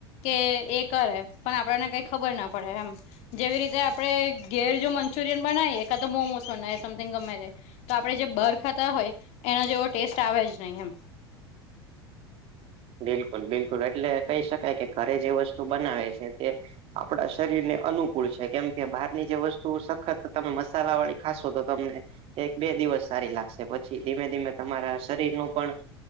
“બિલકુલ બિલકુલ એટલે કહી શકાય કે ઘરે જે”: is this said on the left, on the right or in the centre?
Right